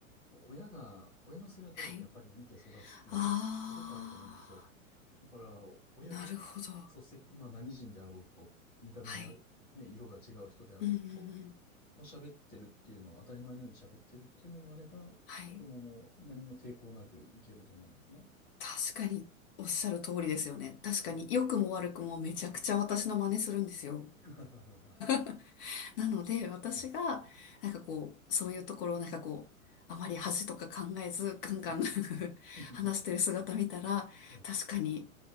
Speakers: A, on the left; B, on the left.
A: 親が、親の姿をやっぱり見て育つっていうのはすごくあると思うんですよ。
B: はい。ああ、
A: だから、親が、
B: なるほど。
A: そして、まあ何人であろうと、見た目が、
B: はい。
A: ね、色が違う人であろうと、
B: うんうん
A: まあ、喋ってるっていうのを、当たり前のように喋ってるっていうのがあれば、
B: はい。
A: 子供も何も抵抗なくいけると思うんですね。
B: 確かにおっしゃる通りですよね。確かに良くも悪くもめちゃくちゃ私の真似するんですよ。
A: うん。うん。<laughs>
B: <laughs> なので私がなんかこう、
A: ええ
B: そういうところをなんかこう、あまり恥とか考えずガンガン
A: うん。
B: <laughs>
A: <laughs>
B: 話してる姿見たら、
A: ええ
B: 確かに